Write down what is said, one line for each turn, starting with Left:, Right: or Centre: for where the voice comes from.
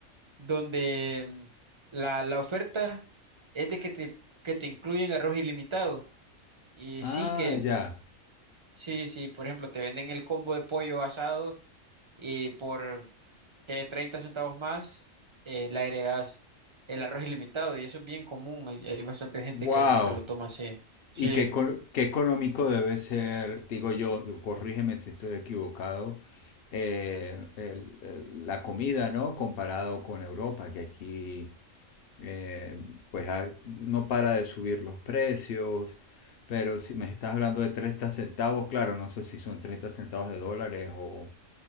Right: donde mm, la, la oferta es de que te, que te incluyen arroz ilimitado. Y
Left: Ah,
Right: sí, que
Left: ya.
Right: Sí, sí, por ejemplo, te venden el combo de pollo asado y por que 30 centavos más eh, le agregas el arroz ilimitado y eso es bien común, hay, hay bastante gente
Left: Wow.
Right: que lo, que lo toma así. Sí,
Left: ¿Y qué, col- qué económico debe ser, digo yo, corrígeme si estoy equivocado, eh, el- el- la comida, ¿no? Comparado con Europa, que aquí eh, pues ha- no para de subir los precios, pero si me estás hablando de 30 centavos, claro, no sé si son 30 centavos de dólares o...